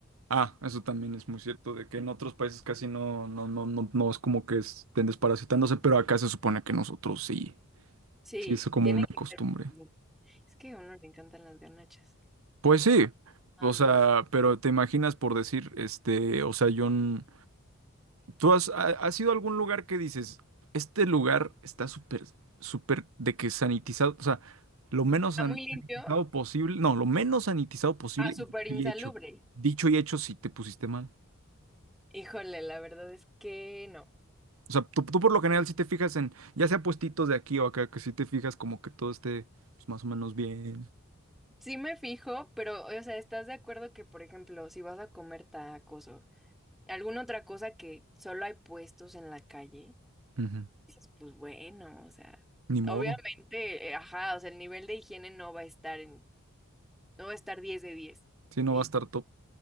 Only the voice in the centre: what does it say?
Sí,
tiene
que
ser. Es que a uno le encantan las garnachas.
Ah,
no.
¿Está
muy limpio?
Ah, súper
insalubre.
Híjole, la verdad es que no.
Sí me fijo, pero, o sea, ¿estás de acuerdo que, por ejemplo, si vas a comer tacos o alguna otra cosa que solo hay puestos en la calle,
dices, pues bueno, o sea,
obviamente, eh, ajá, o sea, el nivel de higiene no va a estar en, no va a estar 10 de 10.
Y,